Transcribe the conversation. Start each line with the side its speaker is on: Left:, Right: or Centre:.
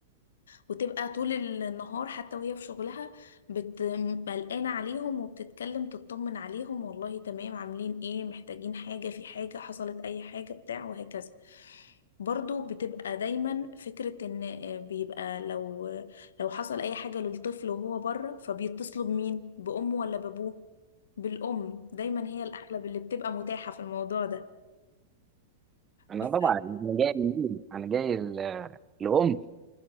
Left: وتبقى طول النهار حتى وهي في شغلها بت- قلقانة عليهم وبتتكلم تطمن عليهم والله تمام عاملين ايه محتاجين حاجة في حاجة حصلت اي حاجة بتاع وهكذا برضو بتبقى دايما فكرة ان آه، بيبقى لو لو حصل اي حاجة للطفل وهو بره فبيتصلوا بمين بأمه ولا بأبوه بالأم دايما هي الأغلب اللي بتبقى متاحة في الموضوع
Right: أنا
Left: ده
Right: طبعا أنا جاي من مين؟ أنا جاي ال- الأم